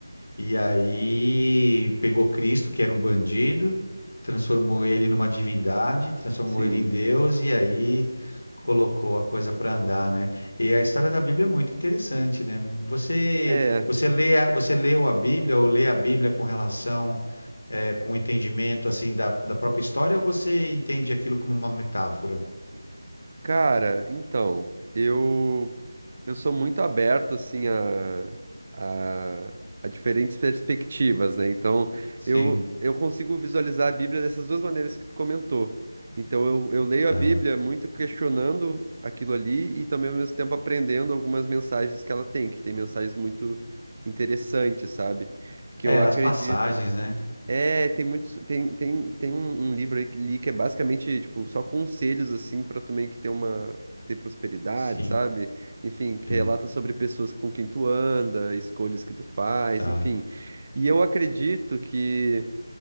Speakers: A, on the left; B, on the right.
A: e aí pegou Cristo, que era um bandido, transformou ele numa divindade, transformou
B: sim.
A: ele em Deus e aí colocou a coisa para andar, né? E a história da Bíblia é muito interessante, né? Você
B: É.
A: você lê a- você leu a Bíblia ou lê a Bíblia com relação eh, com entendimento assim da, da própria história ou você entende aquilo como uma metáfora?
B: Cara, então, eu eu sou muito aberto assim a, a, a diferentes perspectivas, né? Então,
A: Sim,
B: eu eu consigo visualizar a Bíblia dessas duas maneiras que tu comentou. Então, eu, eu leio
A: tá.
B: a Bíblia muito questionando aquilo ali e também ao mesmo tempo aprendendo algumas mensagens que ela tem, que tem mensagens muito interessantes, sabe? Que
A: É,
B: eu acredito
A: as passagens, né?
B: é, tem muitos, tem, tem, tem um, um livro aí que li que é basicamente, tipo, só conselhos, assim, pra tu meio que ter uma, ter prosperidade,
A: Sim,
B: sabe? Enfim, que
A: sim,
B: relata sobre pessoas com quem tu anda, escolhas que tu faz,
A: tá.
B: enfim. E eu acredito que